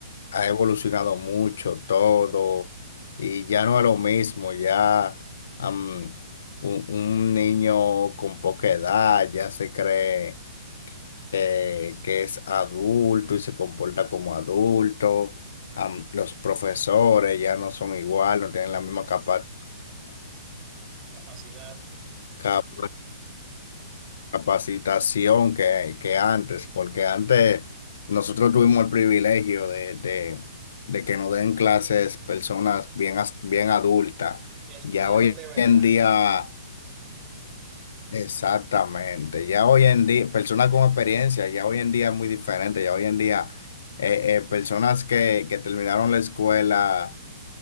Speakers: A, on the left; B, on the right.
A: ha evolucionado mucho todo y ya no es lo mismo, ya am, un, un niño con poca edad ya se cree eh, que es adulto y se comporta como adulto, am, los profesores ya no son igual, no tienen la misma capa,
B: capacidad.
A: capa- capacitación que, que antes, porque antes nosotros tuvimos el privilegio de, de, de que nos den clases personas bien, as- bien adultas.
B: que estudiaron
A: Ya hoy
B: de verdad.
A: en día, exactamente, ya hoy en día, personas con experiencia, ya hoy en día es muy diferente, ya hoy en día, eh, eh, personas que, que terminaron la escuela